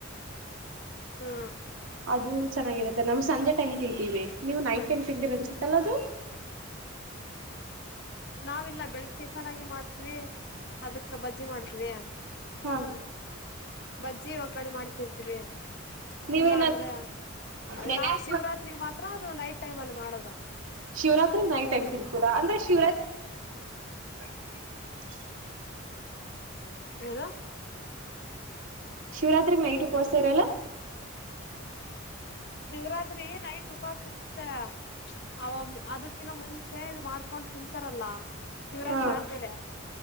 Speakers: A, on the left; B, on the right.
A: ಹಾ
B: ಅದು ಚೆನ್ನಾಗಿರುತ್ತೆ ನಮ್ ಸಂಜೆ ಟೈಮ್ ತಿಂತೀವಿ ನೀವು ನೈಟ್ ಟೈಮ್ ತಿಂದಿರ ಅನ್ಸತ್ತಲ್ಲ ಅದು ಹ
A: ನಾವಿಲ್ಲಾ ಬೆಳಿಗ್ ಟಿಫನ್ ಆಗಿ ಮಾಡ್ತವಿ ಅದಕ್ಕೆ ಬಜ್ಜಿ ಮಾಡ್ತವಿ
B: ಹಾ
A: ಬಜ್ಜಿ ಒಗ್ಗರಣ ಮಾಡ್ತಿರ್ತೀವಿ
B: ನೀವೇನ
A: ಇಲ್ಲ ಅಂದ್ರೆ ಅ
B: ನೆನೆ
A: ನಾವು
B: ಹಾಕೊಂಡ
A: ಶಿವರಾತ್ ಮಾತ್ರ ಅದು ನೈಟ್ ಟೈಮ್ ಅಲ್ಲಿ ಮಾಡೋದು
B: ಶಿವರಾತ್ರಿ ನೈಟ್ ಟೈಮ್ ತಿನ್ತೀರಾ ಅಂದ್ರೆ ಶಿವರಾತ್ರಿ ಹ
A: ಹಾರೋ
B: ಶಿವರಾತ್ರಿಗ್ ನೈಟ್ ಉಪೋಸತರಲ್ಲ
A: ಶಿವರಾತ್ರಿ ನೈಟ್ ಉಪಾಸ ಇರುತ್ತೆ ಅವ ಅದ ಯಕಿನ ಮುಂಚೆ ಇದು ಮಾಡ್ಕೊಂಡ್ ತಿಂತಾರಲ್ಲ ಶಿವರಾತ್ರಿ
B: ಹಾ
A: ಆದ್ಮೇಲೆ